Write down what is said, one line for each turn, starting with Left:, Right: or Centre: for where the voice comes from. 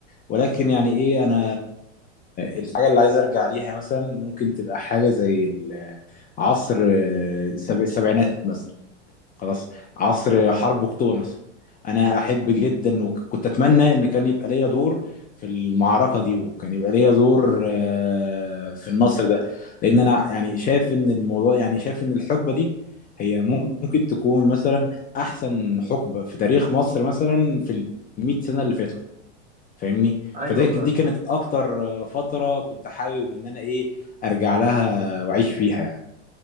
Left: ولكن يعني ايه انا الحاجه اللي عايز ارجع ليها مثلا ممكن تبقى حاجه زي ال- عصر السب- السبعينات مثلا خلاص عصر حرب اكتوبر مثلا انا احب جدا وكنت اتمنى ان كان يبقى ليا دور في المعركه دي وكان يبقى ليا دور آه، في النصر ده لان انا يعني شايف ان الموضوع يعني شايف ان الحقبه دي هي
Right: مم.
Left: ممكن تكون مثلا احسن حقبه في تاريخ مصر مثلا في ال 100 سنه اللي فاتوا فاهمني
Right: <laughs> ايوه
Left: فده
Right: فاهم
Left: دي كانت اكتر آه، فتره كنت حابب ان انا ايه ارجع لها واعيش فيها يعني